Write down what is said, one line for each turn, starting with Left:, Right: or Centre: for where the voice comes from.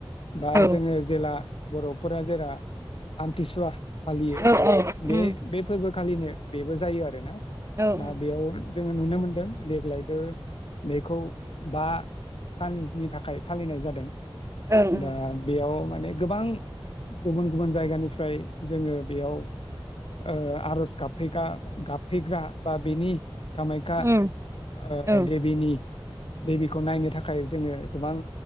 Left: बा
Right: औ
Left: जोङो जेला बर'फोरा जेरा आमथिसुवा फालियो
Right: औ औ
Left: बे
Right: उम
Left: बे फोरबो खालिनो बेबो जायो आरो ना
Right: औ
Left: दा
Right: उम
Left: बेयाव जों नुनो मोन दों देग्लायबो बेखौ बा साननि थाखाय फालिनाय जादों
Right: ओं ओं
Left: दा बेयाव मानि गोबां गुबुन गुबुन जायगानिफ्राय जोङो बेयाव ओ आर'ज गाबफैगा गाबफैग्रा बा बेनि कामाख्या
Right: उम
Left: ओ
Right: उम
Left: देबिनि
Right: <inaudible>
Left: देबिखौ नायनो थाखाय जोङो गोबां